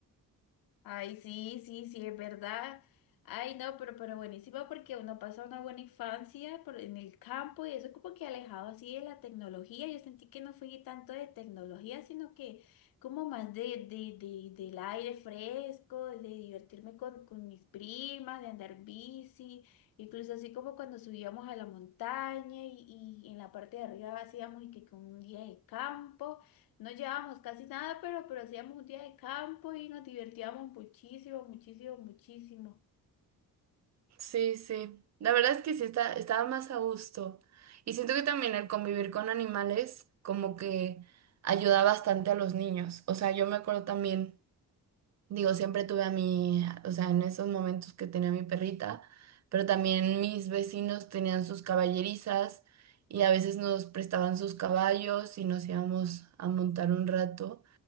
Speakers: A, on the left (about 80°); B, on the right (about 50°).
A: Ay, sí, sí, sí, es verdad. Ay, no, pero, pero buenísimo porque uno pasa una buena infancia por- en el campo y eso como que alejado así de la tecnología. Yo sentí que no fui tanto de tecnología, sino que como más de, de, de, del aire fresco, de divertirme con, con mis primas, de andar bici, incluso así como cuando subíamos a la montaña y, y en la parte de arriba hacíamos y que con un día de campo. No llevábamos casi nada, pero, pero hacíamos un día de campo y nos divertíamos muchísimo, muchísimo, muchísimo.
B: Sí, sí. La verdad es que sí está, estaba más a gusto. Y siento que también el convivir con animales como que ayuda bastante a los niños. O sea, yo me acuerdo también, digo, siempre tuve a mi, o sea, en esos momentos que tenía mi perrita, pero también mis vecinos tenían sus caballerizas y a veces nos prestaban sus caballos y nos íbamos a montar un rato.